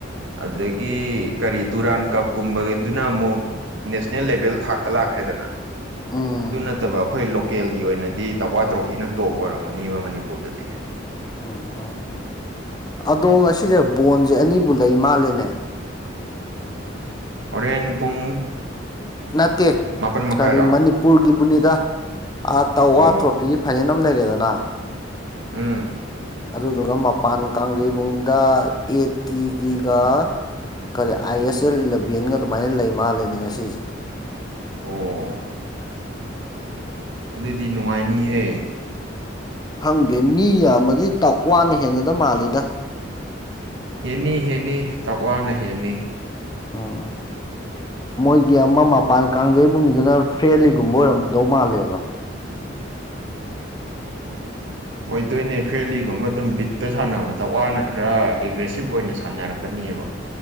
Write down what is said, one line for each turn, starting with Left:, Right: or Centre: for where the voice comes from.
Right: ꯑꯗꯒꯤ ꯀꯔꯤ ꯗꯨꯔꯥꯟ ꯀꯞꯀꯨꯝꯕꯒꯤꯗꯨꯅ ꯑꯃꯨꯛ ꯅꯦꯁꯅꯦꯜ ꯂꯦꯚꯦꯜ ꯊꯥꯛꯇ ꯂꯥꯛꯈ꯭ꯔꯦ ꯗꯅ
Left: ꯎꯝ
Right: ꯑꯗꯨ ꯅꯠꯇꯕ ꯑꯩꯈꯣꯏ ꯂꯣꯀꯦꯜꯒꯤ ꯑꯣꯏꯅꯗꯤ ꯇꯛꯋꯥ ꯇ꯭ꯔꯣꯐꯤꯅ ꯇꯣꯞ ꯑꯣꯏꯔꯝꯒꯅꯤꯕ ꯃꯅꯤꯄꯨꯔꯗꯗꯤ
Left: ꯎꯝ ꯎ ꯑꯗꯣ ꯉꯁꯤꯁꯦ ꯕꯣꯟꯁꯦ ꯑꯅꯤꯕꯨ ꯂꯩ ꯃꯥꯂꯦꯅꯦ
Right: ꯍꯣꯔꯦꯟ ꯄꯨꯡ
Left: ꯅꯠꯇꯦ
Right: ꯃꯥꯄꯟ ꯃꯈꯥꯏꯔꯣ
Left: ꯀꯔꯤ ꯃꯅꯤꯄꯨꯔꯒꯤꯕꯨꯅꯤꯗ ꯑꯥ ꯇꯋꯥ
Right: ꯑꯣ
Left: ꯇ꯭ꯔꯣꯐꯤꯒꯤ ꯐꯥꯏꯅꯦꯜ ꯑꯃ ꯂꯩꯔꯦꯗꯅ
Right: ꯎꯝ
Left: ꯑꯗꯨꯗꯨꯒ ꯃꯄꯥꯟ ꯀꯥꯡꯖꯩꯕꯨꯡꯗ ꯑꯦ ꯇꯤꯒꯤꯒ ꯀꯔꯤ ꯑꯥꯏ ꯑꯦꯁ ꯑꯦꯜ ꯏꯂꯚꯦꯟꯒ ꯑꯗꯨꯃꯥꯏꯅ ꯂꯩ ꯃꯥꯜꯂꯦꯅꯦ ꯉꯁꯤꯁꯦ
Right: ꯑꯣ ꯑꯗꯨꯗꯤ ꯅꯨꯡꯉꯥꯏꯅꯤꯍꯦ
Left: ꯈꯪꯗꯦ ꯃꯤ ꯌꯥꯝꯃꯗꯤ ꯇꯥꯛ ꯋꯥꯅ ꯍꯦꯟꯒꯗ ꯃꯥꯜꯂꯤꯗ
Right: ꯍꯦꯟꯅꯤ ꯍꯦꯟꯅꯤ ꯇꯋꯥꯅ ꯍꯦꯟꯅꯤ
Left: ꯑꯣ ꯃꯣꯏꯒꯤ ꯑꯃ ꯃꯄꯥꯟ ꯀꯥꯡꯖꯩꯕꯨꯨꯡꯉꯗꯨꯅ ꯐ꯭ꯔꯦꯜꯂꯤꯒꯨꯝꯕ ꯑꯣꯏꯔꯝꯗꯧ ꯃꯥꯜꯂꯦꯕ ꯎꯝ
Right: ꯑꯣꯏꯗꯣꯏꯅꯦ ꯐ꯭ꯔꯦꯂꯤꯒꯨꯝꯕ ꯑꯗꯨꯝ ꯕꯤꯠꯇ ꯁꯥꯟꯅꯕꯗ ꯋꯥꯡꯅ ꯈꯔ ꯑꯦꯒ꯭ꯔꯦꯁꯤꯞ ꯑꯣꯏꯅ ꯁꯥꯟꯅꯔꯛꯀꯅꯦꯕ